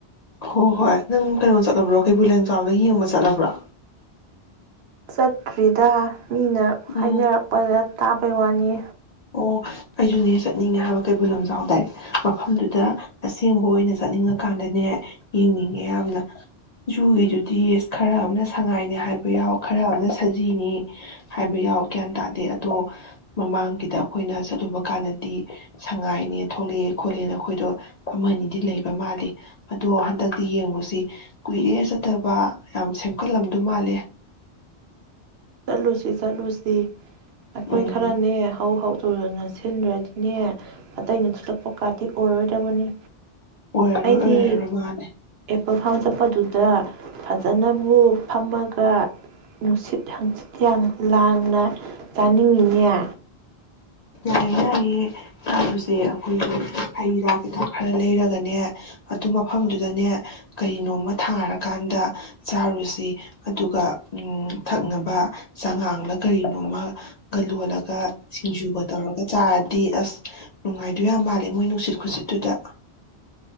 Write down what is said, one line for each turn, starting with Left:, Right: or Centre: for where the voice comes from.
Left: ꯍꯣꯏ ꯍꯣꯏ ꯅꯪ ꯀꯩꯅꯣ ꯆꯠꯂꯕ꯭ꯔꯣ ꯀꯩꯕꯨꯜ ꯂꯝꯖꯥꯎꯗ ꯌꯦꯡꯕ ꯆꯠꯂꯕ꯭ꯔꯥ
Right: ꯆꯠꯇ꯭ꯔꯤꯗ ꯃꯤꯅ
Left: ꯎꯝ
Right: ꯍꯥꯏꯅꯔꯛꯄꯗ ꯇꯥꯕꯩ ꯋꯥꯅꯤ
Left: ꯑꯣ ꯑꯩꯁꯖꯅꯦ ꯆꯠꯅꯤꯡꯉꯦ ꯍꯥꯏꯕ ꯀꯩꯕꯨꯜ ꯂꯝꯖꯥꯎꯗꯏꯦ ꯃꯐꯝꯗꯨꯗ ꯑꯁꯦꯡꯕ ꯑꯣꯏꯅ ꯆꯠꯅꯤꯡꯉꯀꯥꯟꯗꯅꯦ ꯌꯦꯡꯅꯤꯡꯉꯦ ꯌꯥꯝꯅ ꯖꯨꯒꯤꯗꯨꯗꯤ ꯈꯔ ꯑꯃꯅ ꯁꯉꯥꯏꯅꯦ ꯍꯥꯏꯕ ꯌꯥꯎ ꯈꯔ ꯑꯃꯅ ꯁꯖꯤꯅꯤ ꯍꯥꯏꯕ ꯌꯥꯎ ꯒ꯭ꯌꯥꯟ ꯇꯥꯗꯦ ꯑꯗꯣ ꯃꯃꯥꯡꯒꯤ ꯁꯤꯗ ꯑꯩꯈꯣꯏꯅ ꯆꯠꯂꯨꯕ ꯀꯥꯟꯗꯗꯤ ꯁꯉꯥꯏꯅꯦ ꯊꯣꯛꯂꯛꯑꯦ ꯈꯣꯠꯂꯦꯅ ꯑꯩꯈꯣꯏꯗꯣ ꯑꯃꯅꯤ ꯑꯗꯤ ꯂꯩꯕ ꯃꯥꯜꯂꯤ ꯑꯗꯣ ꯍꯟꯗꯛꯇꯤ ꯌꯦꯡꯉꯨꯁꯤ ꯀꯨꯏꯔꯦ ꯆꯠꯇꯕ ꯌꯥꯝ ꯁꯦꯝꯒꯠꯂꯝꯗꯨ ꯃꯥꯜꯂꯦ
Right: ꯆꯠꯂꯨꯁꯤ ꯆꯠꯂꯨꯁꯤ ꯑꯩꯈꯣꯏ
Left: ꯎꯝ
Right: ꯈꯔꯅꯦ ꯍꯧ ꯍꯧ ꯍꯥꯎ ꯇꯧꯗꯅ ꯁꯤꯟꯗ꯭ꯔꯗꯤꯅꯦ ꯑꯇꯩꯩꯅꯁꯤꯜꯂꯛ <unintelligible> ꯀꯗꯤ ꯑꫭꯏꯔꯔꫭꯏ ꯗꯕꯅꯤ
Left: ꯑꯣꯏꯔꯔꯣꯏ
Right: ꯑꯩꯗꯤ
Left: ꯑꯣꯏꯔꯔꯣꯏ ꯃꯥꯅꯦ
Right: ꯑꯦ ꯄꯜ ꯐꯥꯝ ꯆꯠꯄꯗꯨꯗ ꯐꯖꯅꯕꯨ ꯐꯝꯃꯒ ꯅꯨꯡꯁꯤꯠ ꯍꯥꯡꯖꯤꯠꯀ ꯌꯥꯝ ꯂꯥꯡꯅ ꯆꯥꯅꯤꯡꯉꯤꯅꯦ
Left: ꯌꯥꯏꯌꯦ ꯆꯥꯔꯨꯖꯦ ꯑꯈꯣꯏꯒꯤ ꯍꯩ ꯔꯥ ꯀꯩꯀꯥ ꯈꯔ ꯂꯩꯔꯒꯅꯦ ꯑꯗꯨ ꯃꯐꯝꯗꯨꯗꯅꯦ ꯀꯔꯤꯅꯣꯃ ꯊꯥꯔꯀꯥꯟꯗ ꯆꯥꯔꯨꯁꯤ ꯑꯗꯨꯒ ꯎꯝ ꯊꯛꯅꯕ ꯆꯥꯉꯥꯡꯂ ꯀꯔꯤꯅꯣꯃꯒ ꯂꯣꯜꯂꯒ ꯁꯤꯡꯖꯨꯒ ꯇꯧꯔꯒ ꯆꯥꯔꯗꯤ ꯑꯁ ꯅꯨꯡꯉꯥꯏꯗꯨ ꯌꯥꯝ ꯃꯥꯜꯂꯦ ꯃꯣꯏ ꯅꯨꯡꯁꯤꯠ ꯈꯨꯁꯤꯠꯇꯨꯗ